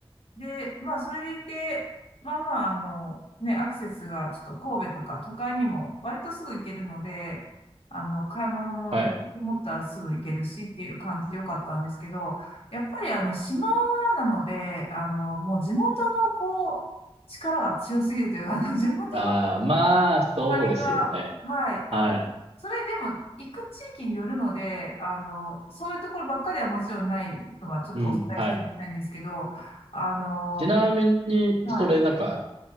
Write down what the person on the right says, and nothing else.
はい。
ああ、まあ、そうですよね。
はい。
うん、はい。
ちなみに、
それなんか、